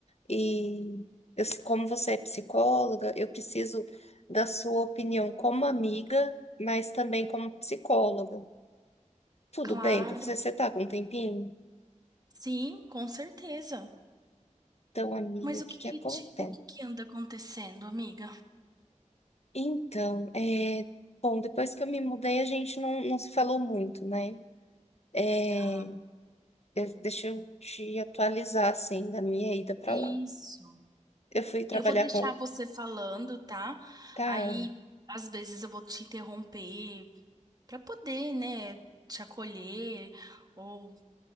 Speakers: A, on the left; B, on the right.
A: E eu, como você é psicóloga, eu preciso da sua opinião como amiga, mas também como psicóloga. Tudo
B: Claro.
A: bem para você? Você tá com um tempinho?
B: Sim, com certeza.
A: Então, amiga,
B: Mas
A: o
B: o
A: que
B: que
A: que
B: que
A: acontece?
B: te- o que que anda acontecendo, amiga?
A: Então, é, bom, depois que eu me mudei, a gente não, não se falou muito, né? É,
B: Aham.
A: eu- deixa eu te atualizar, assim, da minha ida para
B: Isso.
A: lá. Eu fui trabalhar
B: Eu vou deixar
A: com...
B: você falando, tá?
A: Tá,
B: Aí, às vezes eu vou te interromper para poder, né, te acolher. ou